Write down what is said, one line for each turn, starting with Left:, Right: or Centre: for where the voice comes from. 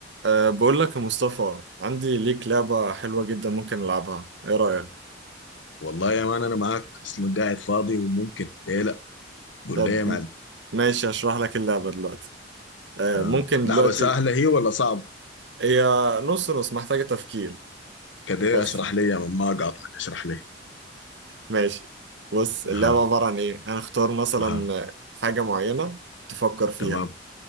Right: أه بقول لك يا مصطفى عندي ليك لعبة حلوة جدا ممكن نلعبها ايه رأيك
Left: والله يا مان انا معاك اصلا قاعد فاضي وممكن ليه لا قول
Right: طب
Left: لي يا معلم
Right: م- ماشي هشرح لك اللعبة دلوقتي أه
Left: آه.
Right: ممكن
Left: لعبه
Right: دلوقتي
Left: سهله هي ولا صعب
Right: هي نص نص محتاجة تفكير
Left: كده
Right: بس
Left: اشرح لي يا مان ما اقاطعك اشرح لي
Right: ماشي بص اللعبة
Left: اها
Right: عبارة عن ايه هنختار مثلا
Left: اها
Right: حاجة معينة تفكر فيها
Left: تمام